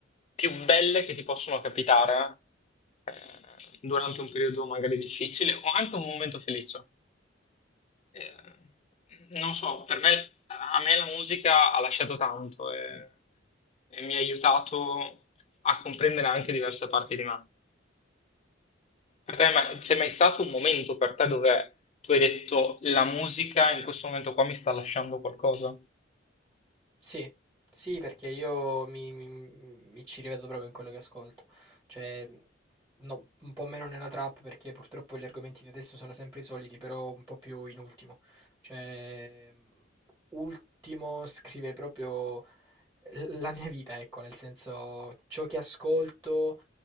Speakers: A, on the left; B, on the right.
A: più belle che ti possono capitare eh, durante un periodo magari difficile o anche un momento felice. Eh, non so, per me, a me la musica ha lasciato tanto e, e mi ha aiutato a comprendere anche diverse parti di me. Per te ma- c'è mai stato un momento per te dove tu hai detto la musica in questo momento qua mi sta lasciando qualcosa?
B: Sì, sì, perché io mi, mi- mi ci rivedo proprio in quello che ascolto. Cioè, no, un po' meno nella trap perché purtroppo gli argomenti di adesso sono sempre i soliti, però un po' più in ultimo. Cioè, ultimo scrive proprio la mia vita, ecco, nel senso ciò che ascolto